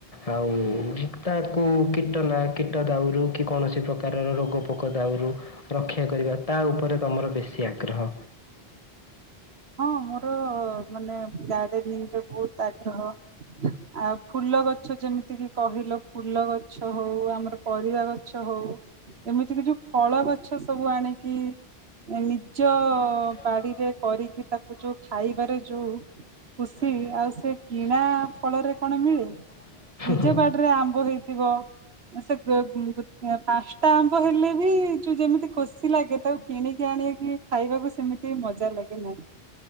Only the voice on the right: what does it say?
ହଁ ମୋର ମାନେ ଗାର୍ଡେନିଂରେ ବହୁତ ଆଗ୍ରହ। ଆଉ ଫୁଲ ଗଛ ଯେମିତି କିି କହିଲ ଫୁଲ ଗଛ ହଉ ଆମର ପରିବା ଗଛ ହଉ। ଏମିତି କି ଯୋଉ ଫଳ ଗଛ ସବୁ ଆଣିକି ନିଜ
ବାଡିରେ କରିକି ତାକୁ ଯୋଉ ଖାଇବାରେ ଯୋଉ ଖୁସି ଆଉ ସେ କିଣା ଫଳରେ କଣ ମିଳେ। ନିଜ
ବାଡିରେ ଆମ୍ବ ହେଇଥିବ। ସେ ପାଞ୍ଚଟା ଆମ୍ବ ହେଲେ ବି ଯୋଉ ଯେମିତି ଖୁସି ଲାଗେ ତାକୁ କିଣିକି ଆଣିକିି ଖାଇବାକୁ ସେମିତି ମଜା ଲାଗେ ନାହିଁ।